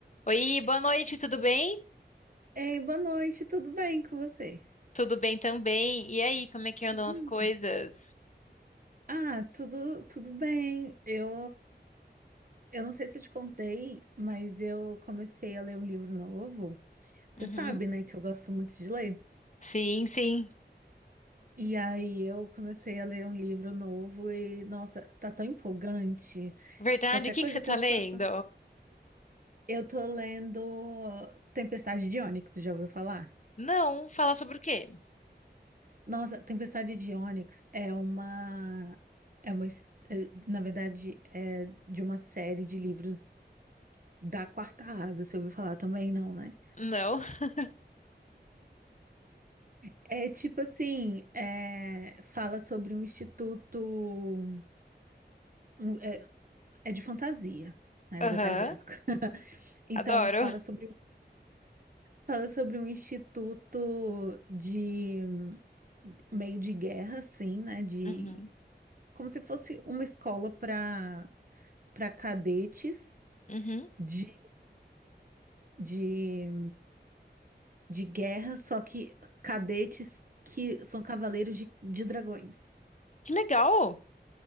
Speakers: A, on the left; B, on the right.
A: Oi, boa noite, tudo bem?
B: Ei, boa noite, tudo bem com você?
A: Tudo bem também. E aí, como é que andam
B: Hum.
A: as coisas?
B: Ah, tudo, tudo bem. Eu, eu não sei se eu te contei, mas eu comecei a ler um livro novo. Você
A: Uhum.
B: sabe, né, que eu gosto muito de ler.
A: Sim, sim.
B: E aí eu comecei a ler um livro novo e, nossa, tá tão empolgante
A: Verdade,
B: que qualquer
A: o que
B: coisa
A: que você
B: que
A: tá
B: eu
A: lendo?
B: faça. Eu tô lendo Tempestade de Ônix, já ouviu falar?
A: Não, fala sobre o quê?
B: Nossa, Tempestade de Ônix é uma, é uma, his- é, na verdade, é de uma série de livros da Quarta Asa, você ouviu falar também, não, né?
A: Não. <laughs>
B: É tipo assim, é, fala sobre um instituto, um- é, é de fantasia, né?
A: Aham,
B: O detalhe básico. <laughs> Então,
A: Adoro.
B: fala sobre, fala sobre um instituto de meio de guerra, assim, né? De
A: Uhum.
B: como se fosse uma escola para para cadetes
A: Uhum.
B: de, de, de guerra, só que cadetes que são cavaleiros de, de dragões.
A: Que legal.